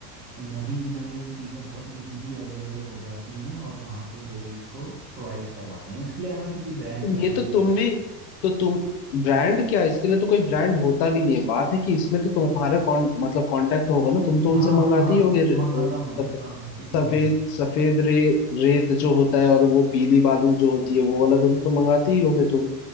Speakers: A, on the right; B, on the left.
A: और नदी किनारे ये चीज़ें बहुत इजीली अवेलेबल हो जाती हैं और वहाँ पे लोग इसको प्रोवाइड करवाते हैं इसके लिए हमें किसी ब्रांड
B: पर
A: ब्रांड
B: ये तो
A: के बारे
B: तुम भी तो तुम ब्रांड क्या इसके लिए तो कोई ब्रांड होता भी नहीं है बात है कि इसमें तो तुम्हारा कौन मतलब कांटेक्ट होगा ना तुम तो
A: हाँ
B: उनसे
A: हाँ
B: मंगाते
A: हाँ
B: ही होगे र-
A: मंगाता हूँ ना
B: सफे-
A: हाँ इसीलिए
B: सफेद सफेद रे रेत जो होता है और वो पीली बालू जो होती है वो वाला तुम तो मंगाते ही होगे तुम